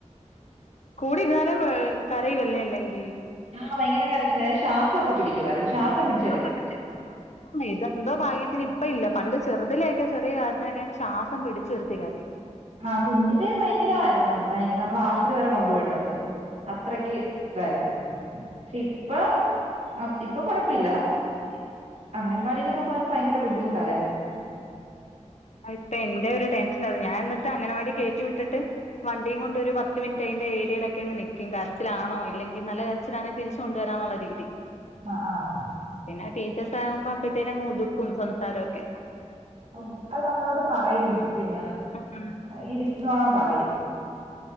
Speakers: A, on the left; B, on the right.
A: കൂടി ഇര്ന്നാല് <unintelligible> കൊഴ് കരയുല്ലേ അല്ലെങ്കീ?
B: ആഹ് ഭയങ്കര കരച്ചിലാ ശ്വാസൊക്കെ പിടിക്കുവായിരുന്ന് ശ്വാസം പിടി
A: <unintelligible> ആഹ് ഇതുവാ ഇതെന്തോ ഭാഗ്യത്തിന് ഇപ്പം ഇല്ല പണ്ട് ചെറുതിലേയൊക്കെ ചെറിയ കാര്യത്തിനൊക്കെ അങ്ങ് ശ്വാസം പിടിച്ചു നിറുത്തി കരയും.
B: ആഹ് കുഞ്ഞിന് ഭയങ്കരാരുന്നുഭയ നമ്മള് ആശുപത്രി വരെ കൊണ്ടുപോയിട്ടുണ്ട് അത്രക്ക് ഇതാരുന്നു പക്ഷെ ഇപ്പൊ അഹ് ഇപ്പൊ കൊഴപ്പമില്ല ഇഹ് അംഗൻവാടിയിലൊക്കെ പോയപ്പ ഭയങ്കര ബുദ്ധിമുട്ടായിരുന്ന്.
A: ആഹ് ഇപ്പ എന്റെ ഒരു ടെൻഷൻ അതാ ഞാൻ എന്നിട്ട് അങ്ങനവാടി കേറ്റി വിട്ടിട്ട് വണ്ടിയും കൊണ്ട് ഒരു പത്ത് മിനിറ്റ് അതിന്റെ ഏരിയയിലൊക്കെ അങ്ങ് നിക്കും കരച്ചിലാണോ ഇല്ലെങ്കിൽ നല്ല അച്ഛനാണെ തിരിച്ചു കൊണ്ടുവരാന്നുള്ള രീതി
B: ആഹ് ആഹ്
A: പിന്നെ ടീച്ചേഴ്സ് ആവുമ്പോ അപ്പത്തേന് അങ്ങ് ഒതുക്കും സംസാരൊക്കെ
B: ഇവിടെ നമ്മളോട് പറയും പിന്നെ
A: ഉം
B: ഇരുന്നോളാൻ പറയും